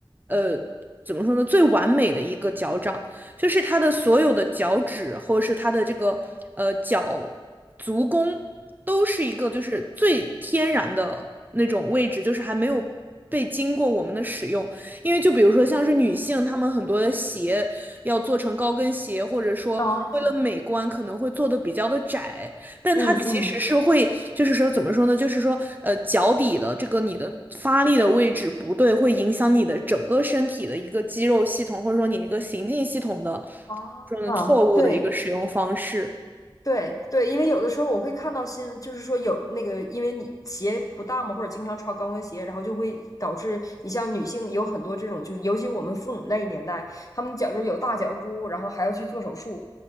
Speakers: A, on the right; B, on the left.
A: 呃怎么说呢，最完美的一个脚掌。就是他的所有的脚趾或者是他的这个呃脚足弓都是一个就是最天然的那种位置，就是还没有被经过我们的使用。因为就比如说像是女性，她们很多的鞋要做成高跟鞋，或者说为了美观可能会做的比较的窄，
B: 哦，
A: 但它其实是会，
B: 嗯嗯，
A: 就是说怎么说呢？就是说，呃，脚底的这个你的发力的位置不对，会影响你的整个身体的一个肌肉系统，或者说你一个行进系统的
B: 啊，
A: 这种错误的一个使用方式。
B: 对。对对，因为有的时候我会看到新闻，就是说有那个，因为你鞋不当嘛，或者经常穿高跟鞋，然后就会导致你像女性有很多这种，就是尤其是我们父母那一年代，他们脚就是有大脚骨，然后还要去做手术。